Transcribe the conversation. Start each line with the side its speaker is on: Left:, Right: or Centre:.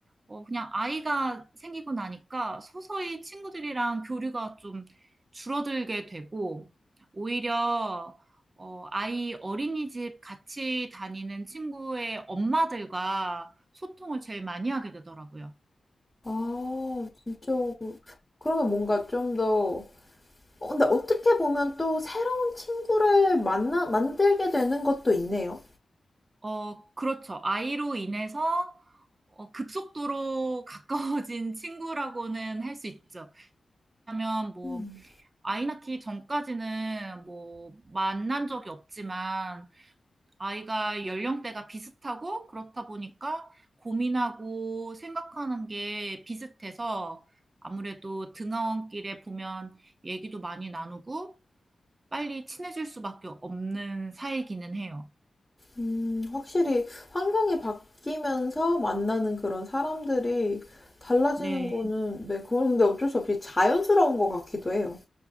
Right: 어, 그냥 아이가 생기고 나니까 서서히 친구들이랑 교류가 좀 줄어들게 되고, 오히려, 어, 아이 어린이집 같이 다니는 친구의 엄마들과 소통을 제일 많이 하게 되더라고요.
Left: 아 진짜 그러면 뭔가 좀더 어, 근데 어떻게 보면 또 새로운 친구를 만나, 만들게 되는 것도 있네요.
Right: 어, 그렇죠. 아이로 인해서 어, 급속도로 <laughs> 가까워진 친구라고는 할 수 있죠. 왜냐면 뭐,
Left: 음.
Right: 아이 낳기 전까지는 뭐, 만난 적이 없지만, 아이가 연령대가 비슷하고 그렇다 보니까 고민하고 생각하는 게 비슷해서 아무래도 등하원길에 보면 얘기도 많이 나누고 빨리 친해질 수밖에 없는 사이기는 해요.
Left: 음, 확실히 환경이 바뀌면서 만나는 그런 사람들이 달라지는
Right: 네,
Left: 거는, 네, 그건 근데 어쩔 수 없이 자연스러운 것 같기도 해요.